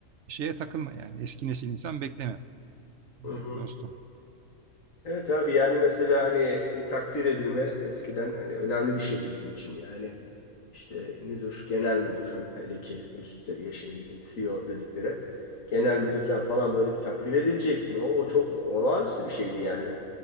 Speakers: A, on the right (about 65°); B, on the left (about 80°).
A: Şeye takılma yani eski nesil insan bekleme e,
B: Hı hı.
A: dostum.
B: Evet abi yani mesela hani bir takdir edilme eskiden hani önemli bir şeydi bizim için. Yani işte müdür, genel müdür he- hele ki üst seviye şimdi bizim CEO dedikleri. Genel müdürden falan böyle bir takdir edileceksin. O çok olağanüstü bir şeydi yani.